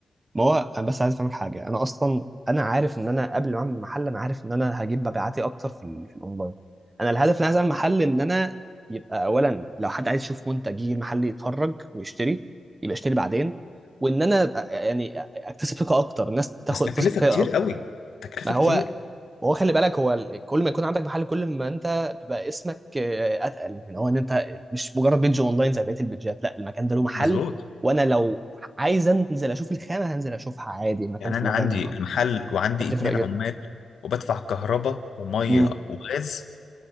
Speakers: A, on the right (about 20°); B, on the left (about 65°).
A: ما هو انا بس عايز افهمك حاجه انا اصلا انا عارف ان انا قبل ما اعمل محل انا عارف ان انا هجيب مبيعاتي اكتر في, ال- في الاونلاين انا الهدف اللي عايز اعمل محل ان انا يبقى اولا لو حد عايز يشوف منتج يجي المحل يتفرج ويشتري يبقى يشتري بعدين وان انا أبقى- يعني اكتسب ثقه اكتر الناس تاخد
B: بس تكلفة
A: تثق فيا
B: كتير
A: اكتر
B: قوي تكلفة
A: ما هو
B: كتير
A: هو خلي بالك هو ال- كل ما يكون عندك محل كل ما انت بيبقى اسمك آه، اتقل يعني هو ان انت مش مجرد بيج اونلاين زي بقيه البيجات لا المكان ده له محل
B: مظبوط
A: وانا لو عايز انزل اشوف الخامه هنزل اشوفها عادي مكان
B: يعني
A: في
B: انا
A: مكان
B: عندي
A: آه،
B: المحل وعندي
A: هتفرق
B: اتنين
A: جدا
B: عمال وبدفع كهرباء وميه
A: امم
B: وغاز